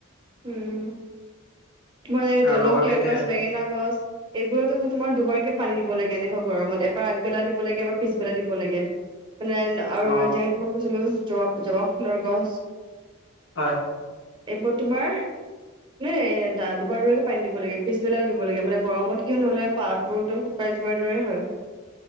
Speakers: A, on the right; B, on the left.
A: উম। <unintelligible>
B: আৰু
A: জলকীয়া
B: লগতে এতিয়া
A: গছ, বেঙেনা গছ এইবোৰতো আকৌ তোমাৰ দুবাৰকৈ পানী দিব লাগে এনেকুৱা গৰমত, এবাৰ আগবেলা দিব লাগে, এবাৰ পিছবেলা দিব লাগে। মানে আৰুে
B: অ
A: যে তোমাক কৈছিলোঁ জব জবাব ফুলৰ গছ।
B: হয়।
A: এইবোৰ তোমাৰ নে এ, দা দুবাৰ দুবাৰকে পানী দিব লাগে, পিছবেলাও দিব লাগে মানে গৰমত কিয় নহ'লে পাতবোৰ একদম কাই যোৱাৰ দৰে হয়।